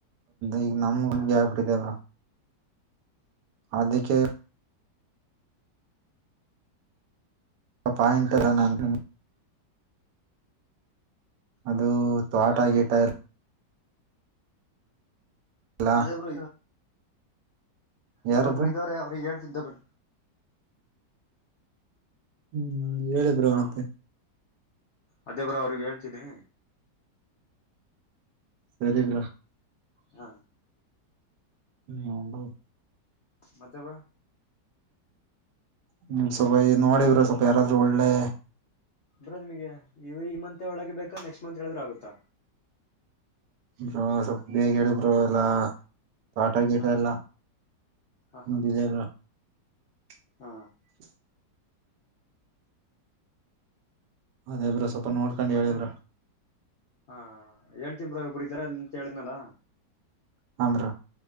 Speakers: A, on the right (about 75°); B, on the left (about 70°).
A: ಈಗ ನಮ್ ಹಂಗೆ
B: ಹಾ ಹಾ
A: ಆಗ್ಬಿಟ್ಟಿದೆಲ್ಲ ಅದಕ್ಕೆ ಆ ಪಾಯಿಂಟ್ ಎಲ್ಲ ನ ಅಂದ ಅದು
B: ಹಾ
A: ತೋ ಗೀಟ ಎಲ್ಲ ಎಲ್ಲ
B: ಅದೇ ಬ್ರೋ
A: ಯಾರಬ್ರು
B: ಅಡೊಬ್ರು ಇದ್ದಾವ್ರೆ ಅವ್ರಿಗೆ ಹೇಳ್ತನ್ ತಗೊಳ್ಳ
A: ಹ್ಮ್ ಹೇಳಿ ಬ್ರೋ
B: ಹಾ
A: ಮತ್ತೆ
B: ಅದೇ ಬ್ರೋ ಅವ್ರಿಗೆ ಹೇಳ್ತೀನಿ
A: ಸರಿ ಬ್ರೋ
B: ಹ
A: ನೊಬ
B: ಮತ್ತೆ ಬ್ರೋ
A: ಹ್ಮ ಸ್ವಲ್ಪ ಈ ನೋಡಿ ಬ್ರೋ ಸ್ವಲ್ಪ ಯಾರಾದ್ರೂ ಒಳ್ಳೆ
B: ಬ್ರೋ ನಿಮಗೆ ಈಗ ಈ ಮಂತ್ ಒಳಗೆ ಬೇಕಾ ನೆಕ್ಸ್ಟ್ ಮಂತ್ ಹೇಳದ್ರ ಆಗುತ್ತಾ
A: ಬ್ರೋ ಸ್ವಲ್ಪ ಬೇಗ ಹೇಳಿ ಬ್ರೋ ಎಲ್ಲಾ ತೋಟ ಗೀಟ
B: ಹಾ
A: ಎಲ್ಲ
B: ಹಾ ಹಾ
A: ಮುದ್ದಿಸರಿಲ್ಲ <inaudible>
B: ಹಾ
A: ಅದೇ ಬ್ರೋ ಸ್ವಲ್ಪ ನೋಡ್ಕೊಂಡು
B: ಮತ್ತೆ
A: ಹೇಳಿ ಬ್ರೋ
B: ಹಾ ಹೇಳ್ತೀನ್ ಬ್ರೋ ಒಬ್ರು ಇದಾರೆ ಅಂತ ಹೇಳಿದನಲ್ಲ
A: ಹ ಬ್ರೋ